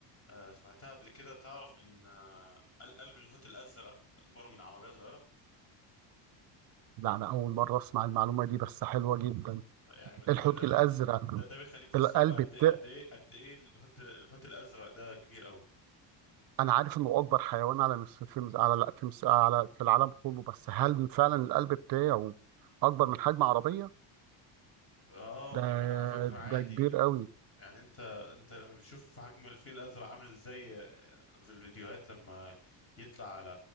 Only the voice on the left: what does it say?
آه سمعتها قبل كده تعرف ان آه قلب الحوت الازرق اكبر من عربية صغيرة
يعني
ده
ده, ده بيخليك تستوعب
قد
قد ايه قد ايه الحوت الحوت الازرق ده كبير قوي
اه
على فكرة عادي
يعني انت انت بتشوف حجم الفيل الازرق عامل ازاي في الفيديوهات لما يطلع على